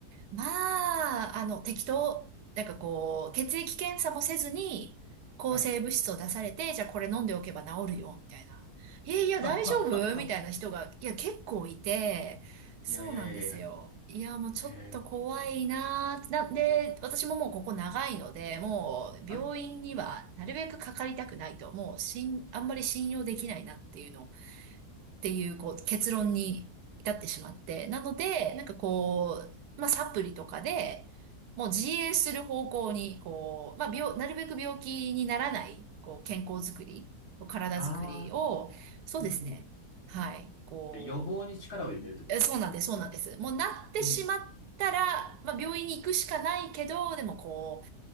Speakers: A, on the right; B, on the left.
A: まあ、あの、適当、なんかこう、血液検査もせずに、抗生物質を出されて、
B: はい。
A: じゃあこれ飲んでおけば治るよ、みたいな。えいや、大丈夫みたいな人が、
B: は、は、は。
A: いや、結構いて、そうなんですよ。
B: いやいやいやいやいや。
A: いや、もうちょっと怖いなーってなんで、
B: え
A: 私ももうここ長いので、もう病院にはなるべくかかりたくないと、
B: ーはい。
A: もうしん、あんまり信用できないなっていうのをっていう、こう、結論に至ってしまって。なので、なんかこう、まあ、サプリとかで、もう自衛する方向に、こう、まあ、病、なるべく病気にならない、こう、健康づくり、体づくりを、
B: ああ、
A: そうですね。
B: うん、うん。
A: はい。こう、
B: 予防に力を入れるってことなんですね。
A: え、そうなんです、そうなんです。もうなってしまったら、
B: うん、
A: まあ、病院に行くしかないけど、でもこ